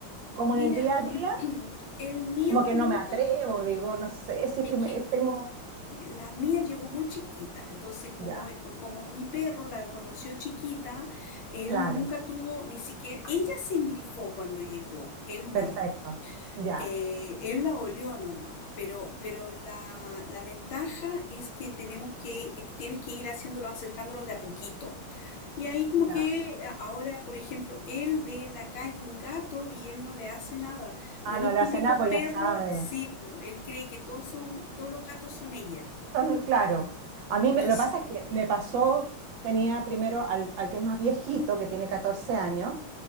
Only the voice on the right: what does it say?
como
en el día a día?
Como que
no me atrevo, digo, no sé, si es
que me
tengo.
Ya,
claro,
perfecto.
Ya,
ya.
Ah,
no
le
hace nada, pues
ya sabe.
Son- claro. A mí
me- lo que pasa es que me pasó, tenía primero al, al que es más viejito, que tiene 14 años,